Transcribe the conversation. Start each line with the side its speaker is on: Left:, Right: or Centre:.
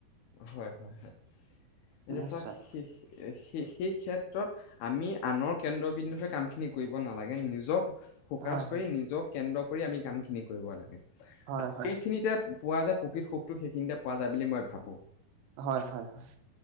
Left: হয় হয় হয়। এতিয়া
Right: নিশ্চয়।
Left: চাওক সেই সেই সেই ক্ষেত্ৰত আমি আনৰ কেন্দ্ৰবিন্দুে কাম খিনি কৰিব নালাগে, নিজক ফ'কাচ
Right: হয় হয়
Left: কৰি, নিজক কেন্দ্ৰ কৰি আমি কাম খিনি কৰিব লাগে। আৰু
Right: হয় হয়
Left: সেইখিনিতে পোৱা যায় প্ৰকৃত সুখটো। সেইখিনিতে। পোৱা যায় বুলি মই ভাবোঁ।
Right: হয় হয় হয়।